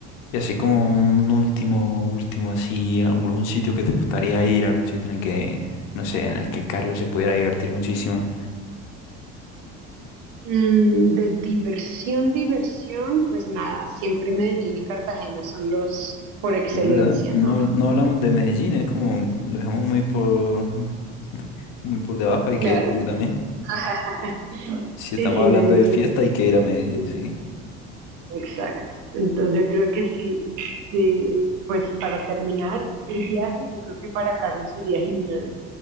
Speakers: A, on the left; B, on the right.
A: Y así como un último, último, así, algún sitio que te gustaría ir, algún sitio en el que, no sé, en el que Carlos se pudiera divertir muchísimo.
B: Mm, de diversión, diversión, pues nada, siempre Medellín y Cartagena son los por excelencia,
A: Es verdad, no,
B: ¿no?
A: habl- no hablamos de Medellín, es como, lo dejamos muy por, <laughs> muy por debajo, hay que
B: Claro.
A: ir allí también.
B: <laughs>
A: Si estamos
B: Sí, sí,
A: hablando
B: Medellín.
A: de fiesta,
B: sí,
A: hay que ir a Medellín,
B: sí,
A: sí.
B: Exacto. Entonces yo creo que sí, sí, pues para terminar el viaje, yo creo que para Carlos sería genial